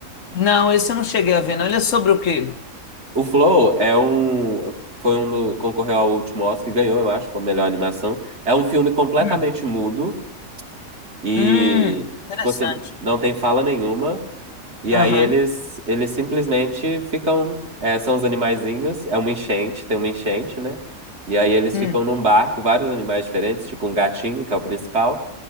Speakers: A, on the left; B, on the right.
A: Não, esse eu não cheguei a ver, não. Ele é sobre o quê?
B: O Flow é um. Foi um. do- Concorreu ao último Oscar e ganhou, eu acho, como melhor animação. É um filme completamente
A: Hum,
B: mudo e,
A: hum, interessante.
B: tipo assim, não tem fala nenhuma. E
A: Aham.
B: aí eles, eles simplesmente ficam. é, são os animaizinhos. É uma enchente, tem uma enchente, né? E aí eles
A: hum,
B: ficam num barco, vários animais diferentes, tipo um gatinho, que é o principal.